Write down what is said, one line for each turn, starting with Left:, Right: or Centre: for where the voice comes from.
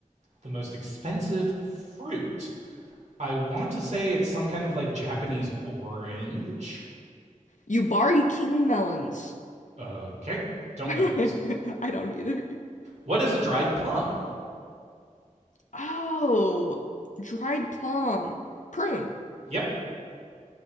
Right: The most expensive fruit. I want to say it's some kind of like Japanese orange.
Left: Yubari king melons.
Right: Okay, don't
Left: <laughs>
Right: know those.
Left: I don't either.
Right: What is a dried plum?
Left: Oh, dried plum. Prune.
Right: Yep,